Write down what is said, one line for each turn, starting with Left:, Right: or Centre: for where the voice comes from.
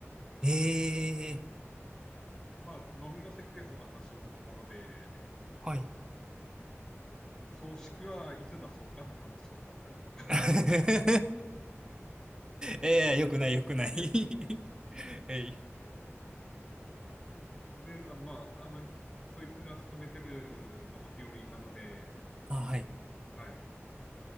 Right: えー、
Centre: まあ、飲みの席でその話を聞いたので、
Right: はい。
Centre: うん、葬式はいつ出そうかって話になったりとか。<laughs>
Right: <laughs> ええよくない、よくない
Centre: いや、
Right: <laughs> えい。
Centre: で、あの、まあ、あの、そいつが勤めてるのが病院なので、
Right: あ、はい。
Centre: はい。